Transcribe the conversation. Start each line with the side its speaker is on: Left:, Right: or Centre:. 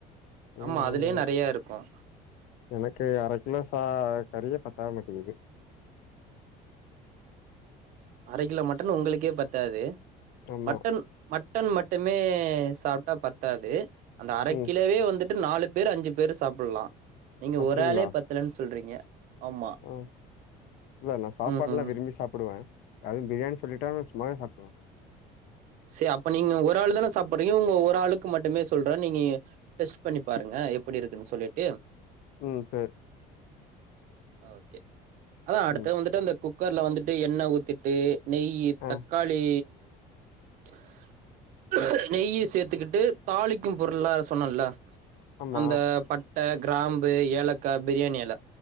Left: ஏ
Right: ஆமா
Left: நான்
Right: அதுலயே நெறையா இருக்கும்
Left: எனக்கு அரை கிலோ கறியே பார்த்தாலே ஆயிட்டுருக்கு
Right: அரை கிலோ மட்டன் உங்களுக்கே பத்தாது
Left: ஆமா
Right: மட்டன் மட் மட்டன் மட்டுமே சாப்ட்டா பத்தாது அந்த அரக்கிலோவே
Left: ம்
Right: வந்து ட்டு நாலு பேர் அஞ்சி பேர் சாப்படலா நீங்க
Left: அப்டிங்களா
Right: ஒரு ஆளே பத்தலன் சொல்றீங்க ஆமா
Left: ஆ இல்ல நா சாப்பாடுலாம்
Right: ம்
Left: விரும்பி சாப்புடுவன் அதுவும் பிரியாணி சொல்லிட்டான் வச்சிக்கி சும்மாவே சாப்புடுவன்
Right: சேரி அப்ப நீங்க ஒரு ஆள் தான சாப்பறீங்க உங்க ஒரு ஆளுக்கு மட்டுமே சொல்றன் நீங்க டெஸ்ட் பண்ணி பாருங்க எப்டி இருக்குன்னு சொல்லிட்டு
Left: ம் சரி
Right: ஓகே அதா அடுத்து
Left: ம்.
Right: வந்துட்டு அந்த குக் குக்கர்ல வந்துட்டு எண்ண ஊத்திட்டு நெயி
Left: ஆ.
Right: தக்காளி கே நெய்ய சேத்துக்கிட்டு தாளிக்கும் பொருள்ளா சொன்ன இல்ல
Left: ஆமா.
Right: அந்த பட் ட கிராம்பு ஏலக்கா பிரியாணி எல